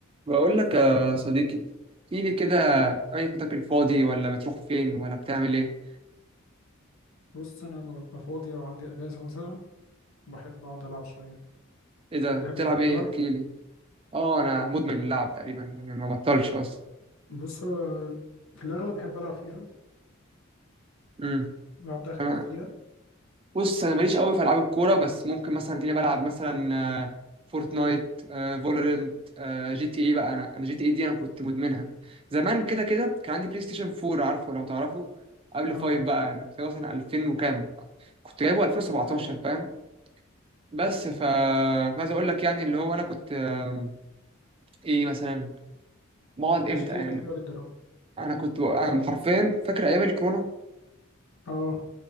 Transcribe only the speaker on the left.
بص انا لو أبقى فاضي او عندي اجازه مثلا بحب اقعد العب شويه
بتحب
انت كمان
تلعب
بص هو في الاغلب بحب العب فيفا
لعبت اخر
جزء ليها
مم.
اه
ايوه
جي تي
إيه كانت حلوه جدا اه
اه